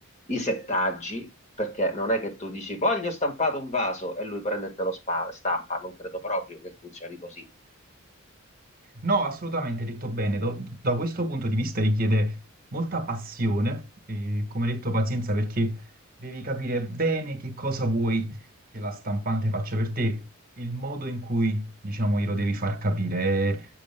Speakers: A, on the left (about 30°); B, on the right (about 40°).
A: i settaggi, perché non è che tu dici voglio stampato un vaso e lui prende e te lo spa- stampa, non credo proprio che funzioni così.
B: No, assolutamente, hai detto bene. Do- da questo punto di vista richiede molta passione e, come detto, pazienza perché devi capire bene che cosa vuoi che la stampante faccia per te, il modo in cui, diciamo, glielo devi far capire. E